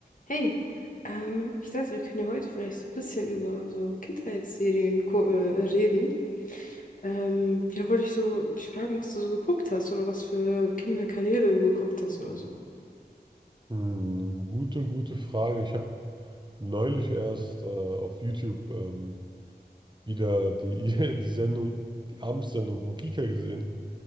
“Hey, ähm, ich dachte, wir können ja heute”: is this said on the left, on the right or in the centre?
Left